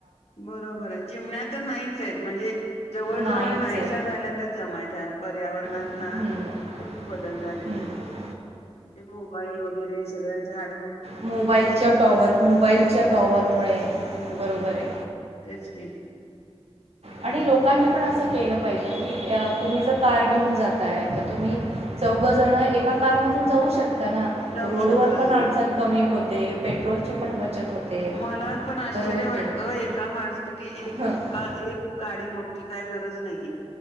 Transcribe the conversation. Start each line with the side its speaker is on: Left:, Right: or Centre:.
Left: बरोबर आहे चिमण्या तर नाहीच आहेत म्हणजे जवळ
Right: नाहीच
Left: जवळ नाहीशा
Right: आहे
Left: झाल्यात जमा पर्यावरण
Right: हम्म,
Left: खूप बद झाले
Right: हम्म.
Left: त्या मोबाईल वगरे सग झा
Right: मोबाईलच्या टॉवर मोबाईलच्या टॉवरमुळे
Left: हो
Right: बरोबर आहे
Left: तेच क
Right: आणि लोकांनी पण असं केलं पाहिजे की तुम्ही जर कार घेऊन जात आहे तर तुम्ही चौघजण एका कारमधून जाऊ शकता ना
Left: जाऊ
Right: रोडवरर
Left: शकता
Right: पण
Left: हो
Right: अडचण कमी होते पेट्रोलची पण बचत होते.
Left: मला पण आश्चर्य
Right: बरोबर
Left: वाटत
Right: की नाही?
Left: एका माणसासाठी एक
Right: हं.
Left: एक गाडी मोठी काय गरज नाहीे